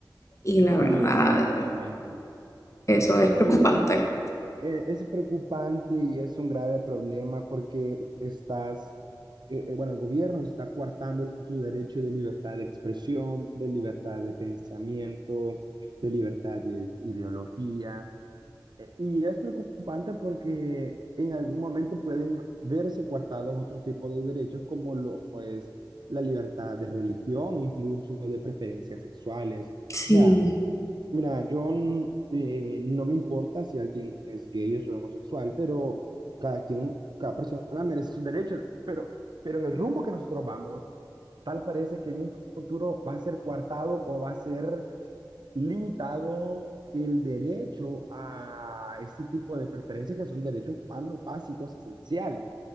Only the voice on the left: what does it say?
Y la
verdad,
eso es
preocupante.
Sí,